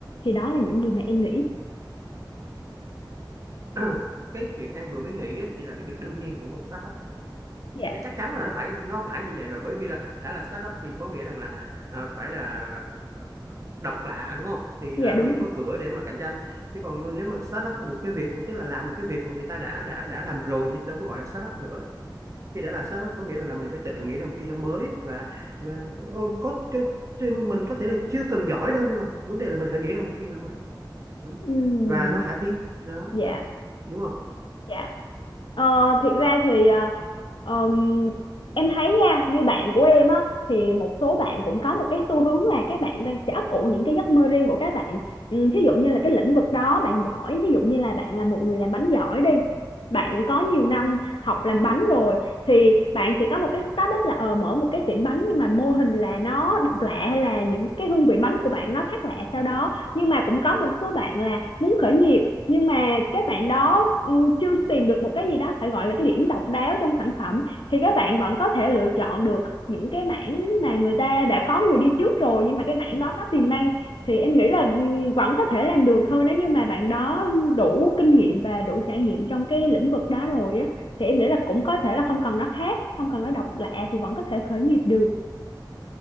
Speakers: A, on the left; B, on the right.
A: thì đó là những gì mà em nghĩ
B: <clears throat> cái chuyện em vừa mới nghĩ á, thì là cái việc đương nhiên của một startup rồi
A: dạ
B: nó chắc chắn là nó phải nó phải như vậy rồi bởi vì là đã là startup thì có nghĩa rằng là à, phải là độc lạ đúng không thì
A: dạ
B: là
A: đúng
B: mới
A: rồi
B: có cửa để mà cạnh tranh chứ còn nếu mà start up một cái việc tức là làm một cái việc mà người ta đã đã đã làm rồi thì đâu có gọi là start up nữa khi đã là start up có nghĩa là, là mình phải tự nghĩ ra một cái gì đó mới và và ô, có cái cái- mình có thể là chưa cần giỏi đâu nhưng mà vấn đề là mình phải nghĩ ra một cái gì đó mới Ừ.
A: Ừm,
B: và nó khả thi đó
A: dạ
B: đúng không
A: Dạ. Ờ, thiệt ra thì ờ, ờm, em thấy nha, như bạn của em á thì một số bạn cũng có một cái xu hướng là các bạn đang sẽ ấp ủ những cái giấc mơ riêng của các bạn. Ừ, thí dụ như là cái lĩnh vực đó bạn giỏi, ví dụ như là bạn là một người làm bánh giỏi đi. Bạn có nhiều năm học làm bánh rồi thì bạn sẽ có một cái startup là ờ, mở một cái tiệm bánh nhưng mà mô hình là nó độc lạ hay là những cái hương vị bánh của bạn nó khác lạ sau đó. Nhưng mà cũng có một số bạn là muốn khởi nghiệp nhưng mà các bạn đó ừm, chưa tìm được một cái gì đó phải gọi là cái điểm độc đáo trong sản phẩm thì các bạn vẫn có thể lựa chọn được những cái mảng mà người ta đã có người đi trước rồi nhưng mà cái mảng đó nó tiềm năng thì em nghĩ là ừm, vẫn có thể làm được thôi nếu như mà bạn đó đủ kinh nghiệm và đủ trải nghiệm trong cái lĩnh vực đó rồi á thì em nghĩ là cũng có thể là không cần nó khác không cần nó độc lạ thì vẫn có thể khởi nghiệp được